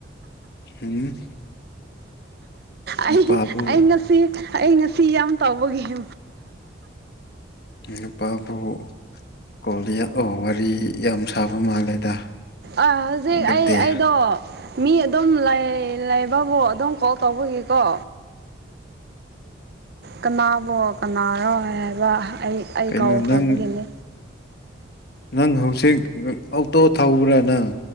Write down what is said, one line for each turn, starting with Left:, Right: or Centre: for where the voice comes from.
Left: ꯎꯝ
Right: ꯑꯩ
Left: ꯅꯨꯄꯥꯕꯨ
Right: ꯑꯩ ꯉꯁꯤ ꯑꯩ ꯉꯁꯤ ꯌꯥꯝ ꯇꯧꯕꯒꯤ
Left: ꯅꯨꯄꯥꯕ ꯀꯣꯜꯗ ꯌꯥꯑꯣ ꯋꯥꯔꯤ ꯌꯥꯝ ꯁꯥꯕ ꯃꯥꯜꯂꯦꯗ
Right: ꯑ ꯍꯧꯖꯤꯛ
Left: ꯑꯗꯨꯗꯤ
Right: ꯑꯩ ꯑꯩꯗꯣ ꯃꯤ ꯑꯗꯨꯝ ꯂꯩꯕꯕꯨ ꯑꯗꯨꯝ ꯀꯣꯜ ꯇꯧꯕꯒꯤꯀꯣ ꯀꯅꯥꯕꯣ ꯀꯅꯥꯔꯣ ꯍꯥꯏ ꯍꯥꯏꯕ ꯑꯩ ꯑꯩ
Left: ꯀꯩꯅꯣ
Right: ꯀꯥꯎꯈ꯭ꯔꯕꯒꯤꯅꯤ
Left: ꯅꯪ ꯅꯪ ꯍꯧꯖꯤꯛ ꯑꯣꯛꯇꯣ ꯊꯧꯕ꯭ꯔꯥ ꯅꯪ